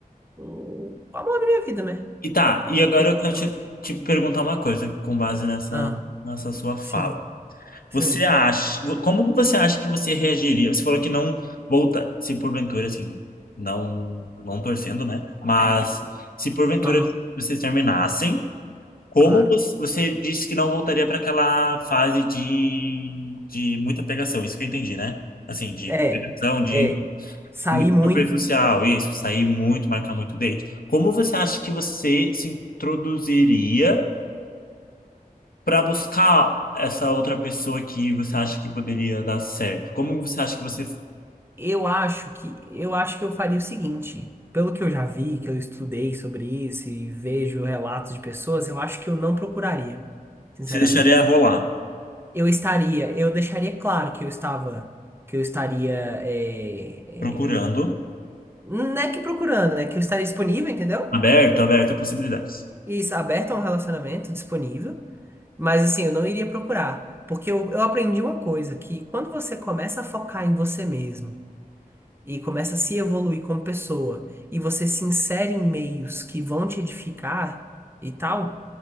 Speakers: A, on the right (about 15°); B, on the left (about 75°).
A: um o amor da minha vida, né?
B: E tá, e agora
A: Porque
B: eu quero
A: realmente.
B: te, te perguntar uma coisa com base nessa
A: Ah,
B: nessa sua fala.
A: sim, sim.
B: Você acha, como você acha que você reagiria? Você falou que não volta, se porventura assim, não não torcendo, né? Mas se porventura
A: Aham,
B: vocês terminassem Como
A: claro.
B: você você disse que não voltaria para aquela fase de, de muita pegação, isso que eu entendi, né? Assim, de
A: É,
B: pegação, de
A: é. Sair
B: muito
A: muito.
B: superficial, isso, sair muito, marcar muito date. Como você acha que você se introduziria para buscar essa outra pessoa que você acha que poderia dar certo? Como você acha que você
A: Eu acho que eu acho que eu faria o seguinte. Pelo que eu já vi, que eu estudei sobre isso e vejo relatos de pessoas, eu acho que eu não procuraria, sinceramente.
B: se deixaria rolar?
A: eu estaria, eu deixaria claro que eu estava, que eu estaria, é,
B: Procurando,
A: é, não é que procurando, né? Que eu estaria disponível, entendeu?
B: aberto, aberto a possibilidades.
A: isso, aberto a um relacionamento, disponível, mas assim, eu não iria procurar. Porque eu, eu aprendi uma coisa, que quando você começa a focar em você mesmo e começa a se evoluir como pessoa e você se insere em meios que vão te edificar e tal,